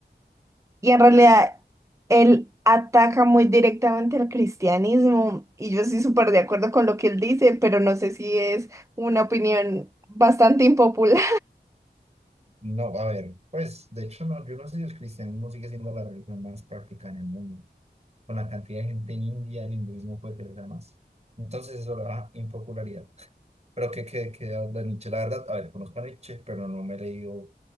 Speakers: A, on the right; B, on the right.
A: Y en realidad él ataca muy directamente al cristianismo y yo estoy súper de acuerdo con lo que él dice, pero no sé si es una opinión bastante impopular.
B: No, a ver, pues, de hecho, no, yo no sé si el cristianismo sigue siendo la religión más practicada en el mundo. Con la cantidad de gente en India, el hinduismo fue crecer más. Entonces, eso le da impopularidad. Pero que qué, qué qué habla Nietzsche? La verdad, a ver, conozco a Nietzsche, pero no me he leído